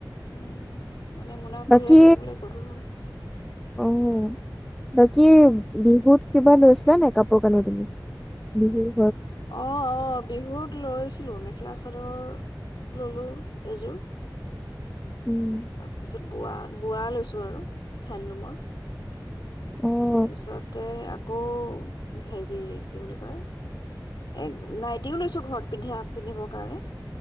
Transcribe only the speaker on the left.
উম। মানে মোনা
কঢ়িয়াই থাকিবলৈ গধুৰ হয়
অ' অ' বিহুত লৈছিলো মেখেলা চাদৰ। ললোঁ এযোৰ।
তাৰ পিছত বোৱা বোৱা লৈছোঁ আৰু হেণ্ডলুমৰ
তাৰ পিছতে গো হেৰি কি বুলি কয় এ নাইটিও লৈছো ঘৰত পিন্ধা পিন্ধিবৰ কাৰণে।